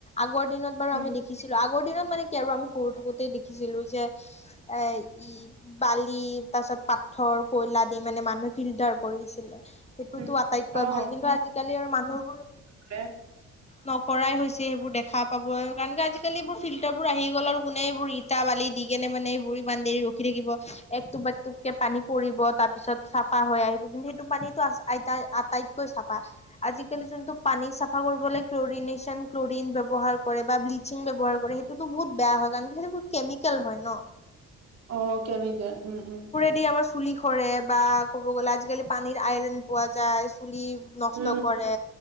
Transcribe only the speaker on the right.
উম
উম
অ
নোলায়
অ কেমিকেল উম উম
উম